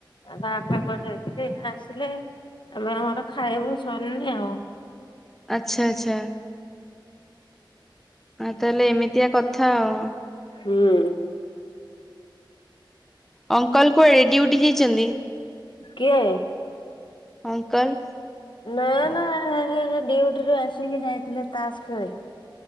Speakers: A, on the left (about 70°); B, in the centre.
A: ଆଉ ତା ବାପା କୁଆଡେ ଯାଇଥିଲି ଏଇନା ଆସିଲେ ଏବେ ଆମର ଖାଇବା ସରନି ଆଉ।
B: ଆଚ୍ଛା ଆଚ୍ଛା। ଆଉ ତାହେଲେ ଏମିତିଆ କଥା ଆଉ।
A: ହୁଁ।
B: ଅଙ୍କଲ କୁଆଡେ ଡିଉଟୁ ଯାଇଚନ୍ତି?
A: କିଏ?
B: ଅଙ୍କଲ।
A: ନା ନା ଏ ଡିଉଟିରୁୁ ଆସିକି ଯାଇଥିଲେ ତାସ ଖେଳି।